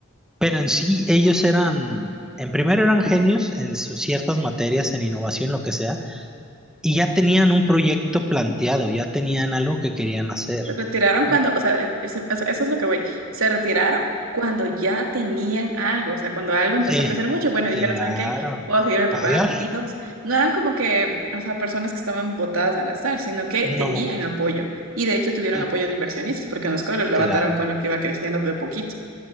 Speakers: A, in the centre; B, on the right.
A: pero en sí ellos eran, en primero eran genios en sus ciertas materias, en innovación, lo que sea, y ya tenían un proyecto planteado, ya tenían algo que querían hacer.
B: Se retiraron cuando,
A: Mm,
B: o sea, eh, ese- eso es lo que voy. Se retiraron cuando ya tenían algo, o sea, cuando algo empezó
A: Sí,
B: a crecer mucho, bueno, dijeron,
A: claro.
B: ¿saben qué? Puedo seguirme preparando.
A: Adiós.
B: Y dos, no eran como que, o sea, personas que estaban botadas al azar, sino que
A: No,
B: tenían apoyo. Y de hecho tuvieron
A: sí,
B: apoyo de inversionistas, porque en los colegios levantaron
A: claro.
B: con lo que iba creciendo de a poquito.